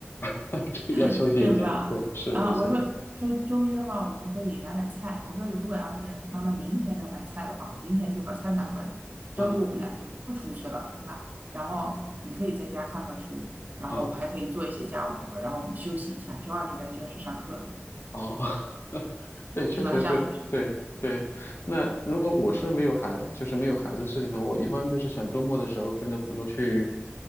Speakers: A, on the left; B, on the right.
A: <laughs> 这要休息一天，
B: <laughs> 对吧？
A: 对，是没错，
B: 啊，我说说周一的话，我们可以买买菜。我说如果要是妈妈明天能买菜的话，我明天就把菜买回来。周一我们俩就不出去了，
A: 嗯
B: 是吧？然后你可以在家看看书，然后我还可以做一些家务活，
A: 嗯
B: 然后我们休息一下。周二就该正式上课了，
A: 哦。<laughs> 对，确实是，
B: 是吧？上学去了。
A: 对对。那如果我是没有孩子，就是没有孩子事情的话，我一般就是想周末的时候跟着朋友去